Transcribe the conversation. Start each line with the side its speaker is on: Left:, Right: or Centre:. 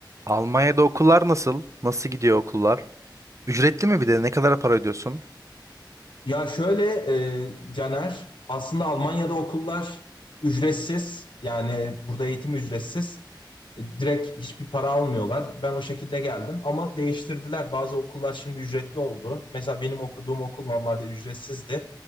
Right: Almanya'da okullar nasıl? Nasıl gidiyor okullar? Ücretli mi bir de? Ne kadar para ödüyorsun?
Left: Ya şöyle e, Caner, aslında Almanya'da okullar ücretsiz. Yani burada eğitim ücretsiz. E, Direkt hiçbir para almıyorlar. Ben o şekilde geldim ama değiştirdiler. Bazı okullar şimdi ücretli oldu. Mesela benim okuduğum okul normalde ücretsizdi.